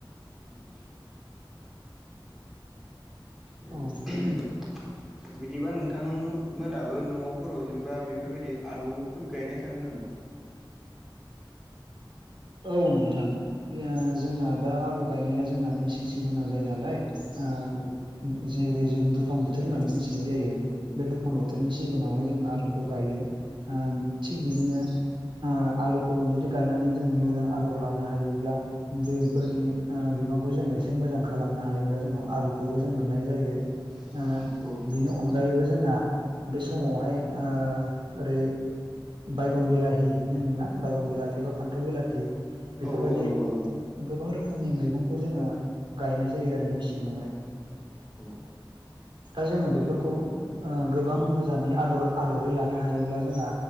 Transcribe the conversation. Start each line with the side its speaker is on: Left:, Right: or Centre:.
Centre: नंगौ। ए
Right: औ
Centre: बिदिबा नोंथां मोनाबो न'फोराव जेनेबा बेफोर बायदि आलुफोर गायनाय थाङो नामा?
Right: औ नोंथां ओ जोंना दा आलु गायनाया जोंना मेसें सिजोनाव जायो नालाय ओ
Centre: औ
Right: जेरै जों दुफां बोथोर होननानै मोनथिनाय जायो। बे दुफां
Centre: औ
Right: बोथोरनि सिजेनावहाय जों आलुखौ गायो। ओ थिग बिदिनो ओ आलुखौ जुदि गायनानै जों मोजां आदर लानो हायोब्ला दैफोरनि ओ बिबांखौ जोङो एसे मोजां खालामनो हायोब्ला जोंनाव आलुखौबो जों मोननाय जायो।
Centre: <inaudible>
Right: ओ
Centre: औ
Right: बिनि अनगायैबो जोंना बे समावहाय ओ ओरै बायगन बिलाहि होनोना बायगन बिलाथि बा फान्थाव बिलाथि बेफोर
Centre: औ
Right: बायदि
Centre: औ नंगौ नंगौ
Right: गोबां रोखोमनि मैगंखौ जोङो गायनाय जायो आरो मेसेंआवहाय।
Centre: खौ
Right: दा जोङो बेफोरखौ ओ गोबां
Centre: औ
Right: मोजाङै आदर आदरै लानो हायोब्ला जोंहा